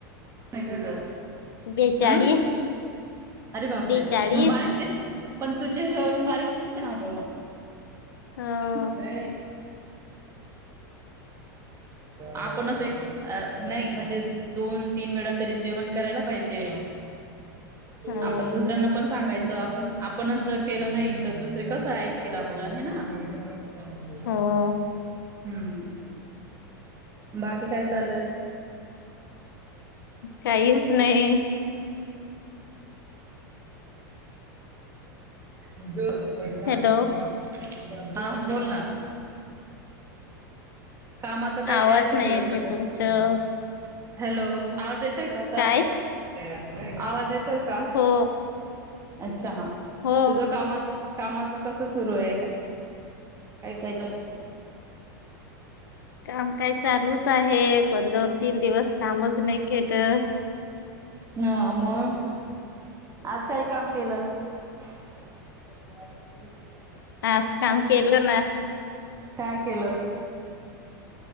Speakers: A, on the right; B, on the left.
A: आहे तुझं
B: बेचाळीस
A: अं अरे बाप
B: बेचाळीस
A: रे म बारिक दिस पण तू चेहऱ्यावरून बारीक दिसते ना ग
B: हो
A: <unintelligible> ह आपणच एक, नाही म्हणजे दोन दोन तीन वेळा तरी जेवण करायला पाहिजे
B: हो
A: आपण दुसऱ्यांना पण सांगायच तर आपण आपणच जर केलं नाही तर, दुसरे कसं ऐकतील आपलं. हे ना. <unintelligible>
B: हो
A: हम्म, बाकी काय चालूय.
B: कााहीच नाही.
A: तुज सरीता
B: हॅलो
A: शिवा <inaudible> हा बोल ना. कामाच काय
B: आवाज
A: काय सुरू
B: नाही
A: आहे
B: येते
A: तिचं
B: तुमचं
A: हॅलो- आवाज येतोय का आता?
B: काय
A: <unintelligible> आवाज येतोय का?
B: हो
A: अच्छा
B: हो
A: तुझ कामाच कामाच कस सुरू आहे का काय काय चालू <inaudible>
B: काम काही चालूच आहे पण दोन, तीन दिवस कामच नाही केलं.
A: हा मग आज काय काम केलं. <unintelligible>
B: आज काम केलं ना-
A: काय केलं?